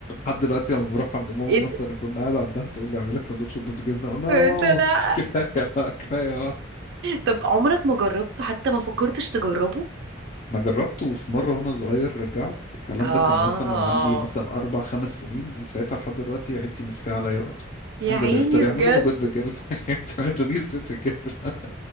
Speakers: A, on the left (about 40°); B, on the right (about 60°).
A: لحد دلوقتي لما بروح عند ماما
B: ايه
A: مثلا
B: ده
A: اكون قاعد عندها تقول لي اعمل لك سندوتش بالجبنه اقول لها
B: انت
A: يا ماما
B: لا
A: <laughs> كفايه بقى كفايه بقى
B: طب عمرك ما جربته حتى ما فكرتش تجربه
A: انا جربته في مره وانا صغير رجعت الكلام
B: آه
A: ده كان مثلا وانا عندي مثلا اربع خمس سنين من ساعتها لحد دلوقتي عيلتي ماسكاها عليا بقى
B: يا
A: امجد
B: عيني
A: يفطر يعملوا
B: بجد
A: له بيض بالجبنه <laughs> تعملوا لي بيض بالجبنه